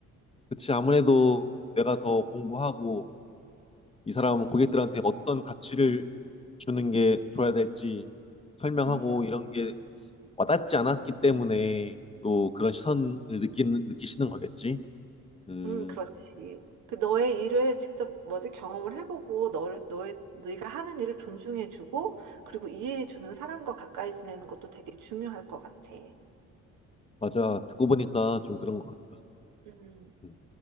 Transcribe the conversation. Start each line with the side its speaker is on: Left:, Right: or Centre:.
Left: 그치, 아무래도 내가 더 공부하고, 이 사람은 고객들한테 어떤 가치를 주는 게 줘야 될지 설명하고,
Right: 음흠.
Left: 이런 게 와닿지 않았기 때문에 또 그런 시선을 느끼는, 느끼시는 거겠지? 음,
Right: 음, 그렇지. 그 너의 일을 직접 뭐지 경험을 해보고 너를 너의 네가 하는 일을 존중해주고 그리고 이해해주는 사람과 가까이 지내는 것도 되게 중요할 것 같아.
Left: 맞아. 듣고 보니까 좀 그런 것 같다.
Right: 음.
Left: 음.